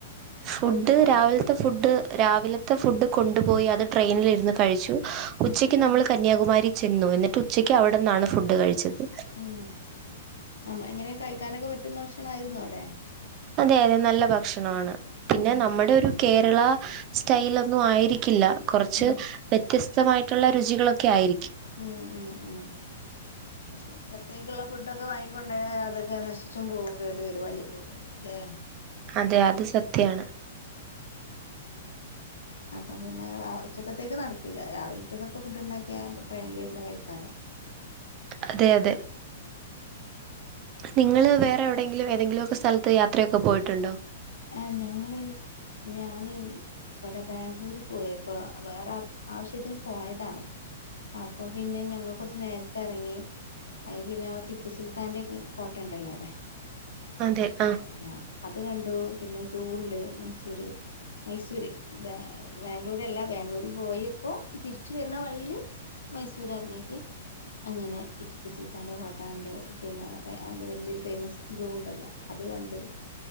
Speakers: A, on the right; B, on the left.
A: ഫുഡ്
B: കൊണ്ടുപോയോ
A: രാവിൽത്തെ ഫുഡ് രാവിലത്തെ ഫുഡ് കൊണ്ടുപോയി അത് ട്രെയിനിലിരുന്ന് കഴിച്ചു
B: ഉം
A: ഉച്ചയ്ക്ക് നമ്മള് കന്യാകുമാരി ചെന്നു എന്നിട്ട് ഉച്ചക്ക് അവ്ട്ന്നാണ് ഫുഡ് കഴിച്ചത്
B: ആഹ് നമ എങ്ങനെ കഴിക്കാനൊക്കെ പറ്റുന്ന ഭക്ഷണായിരുന്നോ അവടെ
A: അതെ അതെ നല്ല ഭക്ഷണാണ് പിന്നെ
B: ഉം
A: നമ്മുടെ ഒരു കേരള സ്റ്റൈലൊന്നും ആയിരിക്കില്ല കൊർച്ച്
B: ഉം
A: വ്യത്യസ്തമായിട്ടുള്ള രുചികളൊക്കായിരിക്കും
B: ഉം ഉം ഉം പിന്നെ ഉച്ചത്തേക്കുള്ള ഫുഡൊക്കെ വാങ്ങിക്കൊണ്ടയാ അതൊക്കെ നശിച്ചും പോം കേട് വെരും <unintelligible> ല്ലേ
A: അതെ അത് സത്യാണ്
B: അപ്പൊ പിന്നെ ഉച്ചക്കത്തേക്ക് നടക്കില്ല രാവിൽത്തേതൊക്ക ഫുഡ്‌ ണ്ടാക്യാ ട്രെയിനിലിര്ന്ന് കഴിക്കാലോ
A: അതെ അതെ നിങ്ങള് വേറെവെടെങ്കിലും ഏതെങ്കിലൊക്കെ സ്ഥലത്ത് യാത്രയൊക്കെ പോയിട്ടുണ്ടോ
B: ആഹ് ഞങ്ങള് ഞാന് വടെ ബാംഗ്ലൂര് പോയേക്ക്വ വേറെ ആവശ്യത്തിന് പോയത അപ്പൊ പിന്നെ ഞങ്ങള് കൊർച്ച് നേര്ത്തെറങ്ങി അത് പിന്നെ ടിപ്പു സുൽത്താന്റെക്കെ കോട്ടണ്ടല്ലോ അവടെ
A: അതെ ആ
B: ആഹ് അത് കണ്ടു പിന്നെ സൂ ണ്ട് മൈസൂര് മൈസൂര് ബ ബാംഗ്ലൂര്ല്ല ബാംഗ്ലൂര് പോയപ്പോ തിരിച്ച് വെര്ണ വഴീല് മൈസൂരെർങ്ങിട്ട് അങ്ങനെ ടിപ്പു സുൽത്താന്റെ കോട്ട കണ്ടു പിന്നെ അവടെ വെല്യോരു ഫെയ്മസ് സൂ ണ്ടല്ലോ അത് കണ്ടു